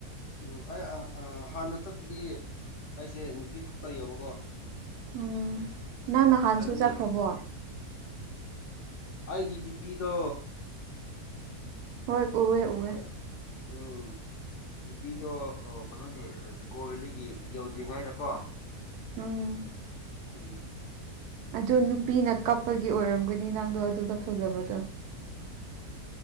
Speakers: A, on the left; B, on the right.
A: ꯎꯝ ꯑꯩ ꯑ ꯑ ꯍꯥꯟꯅ ꯆꯠꯄꯗꯤ ꯑꯩꯁꯦ ꯅꯨꯄꯤ ꯈꯛꯇ ꯌꯧꯕꯀꯣ
B: ꯎꯝ ꯅꯪ ꯅꯍꯥꯟꯁꯨ
A: ꯍꯥꯟꯅꯅꯤ
B: ꯆꯠꯈ꯭ꯔꯕꯣ
A: ꯑꯩꯒꯤ ꯗꯤꯄꯤꯗꯣ
B: ꯍꯣꯏ ꯎꯋꯦ ꯎꯋꯦ
A: ꯑ ꯎꯝ ꯗꯤꯄꯤꯗꯣ ꯑ ꯀꯩꯅꯣꯅꯦ ꯖꯨꯀꯣ ꯚꯦꯂꯤꯒꯤ ꯌꯧꯗ꯭ꯔꯤꯉꯩꯗ ꯀꯣ
B: ꯎꯝ
A: ꯎꯝ
B: ꯑꯗꯨ ꯅꯨꯄꯤꯅ ꯀꯞꯄꯒꯤ ꯑꯣꯏꯔꯝꯒꯅꯤ ꯅꯪꯗꯣ ꯑꯗꯨꯗ ꯐꯖꯕꯗꯣ